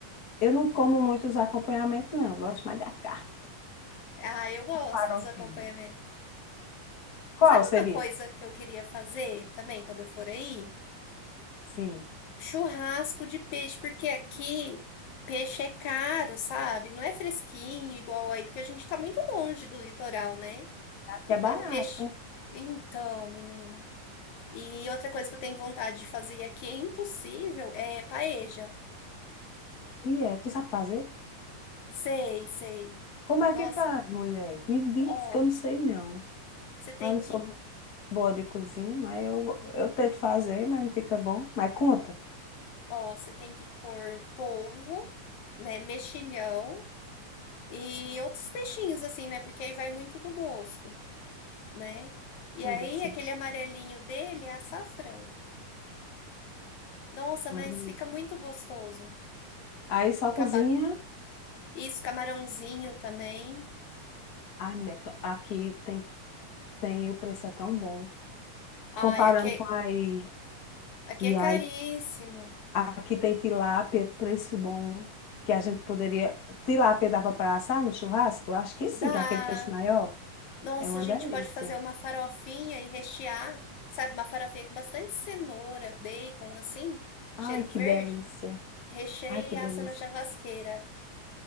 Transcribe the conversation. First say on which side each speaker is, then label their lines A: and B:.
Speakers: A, on the left (about 45°); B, on the left (about 70°).
A: eu não como muito os acompanhamentos, não. Eu Gosto mais da carne.
B: ah, eu gosto
A: Farofinha.
B: dos acompanhamentos.
A: Qual
B: Sabe
A: seria?
B: uma coisa que eu queria fazer também quando eu for aí?
A: Sim,
B: Churrasco de peixe, porque aqui peixe é caro, sabe? Não é fresquinho igual aí, porque a gente tá muito longe do litoral, né?
A: aqui
B: Então,
A: é barato.
B: o peixe. Então, menino. E outra coisa que eu tenho vontade de fazer e aqui é impossível é paeja.
A: E é, tu sabe fazer?
B: Sei, sei.
A: Como é
B: Nossa,
A: que faz, mulher? Me diz
B: ó,
A: que eu não sei não.
B: você tem
A: Eu não
B: que,
A: sou boa de cozinha, mas eu, eu tento fazer, mas não fica bom. Mas conta.
B: ó, você tem que pôr polvo, né, mexilhão e outros peixinhos assim, né? Porque aí vai muito do gosto, né? E
A: Aí
B: aí
A: deve ser
B: aquele
A: bom.
B: amarelinho dele é açafrão. Nossa,
A: Uma
B: mas
A: delícia.
B: fica muito gostoso.
A: Aí só cozinha.
B: Cama... Isso, camarãozinho também.
A: Ai, mulher, to- aqui tem, tem o preço é tão bom.
B: Ai,
A: Comparando
B: aqui é
A: com aí.
B: Aqui
A: E
B: é caríssimo.
A: aí, aqui tem tilápia, preço bom. Que a gente poderia. Tilápia dava para assar no churrasco? Acho que sim,
B: Dá.
A: que é aquele peixe maior.
B: Nossa,
A: É uma
B: a gente
A: delícia.
B: pode fazer uma farofinha e rechear, sabe? Uma farofinha com bastante cenoura, bacon, assim,
A: Ai,
B: cheiro
A: que
B: verde.
A: delícia.
B: Recheia
A: Ai, que
B: e
A: delícia.
B: assa na churrasqueira.